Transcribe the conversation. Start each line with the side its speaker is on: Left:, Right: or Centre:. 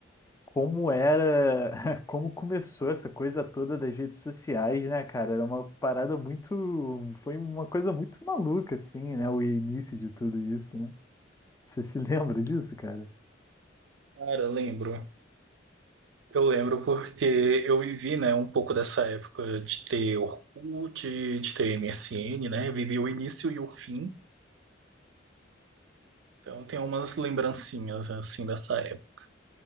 Left: como era, <laughs> como começou essa coisa toda das redes sociais, né, cara? Era uma parada muito, foi uma coisa muito maluca, assim, né? O início de tudo isso, né? Você se <laughs> lembra disso, cara?
Right: Cara, lembro. Eu lembro porque eu vivi, né, um pouco dessa época de ter Orkut, de ter MSN, né? Vivi o início e o fim. Então tem umas lembrancinhas assim dessa época.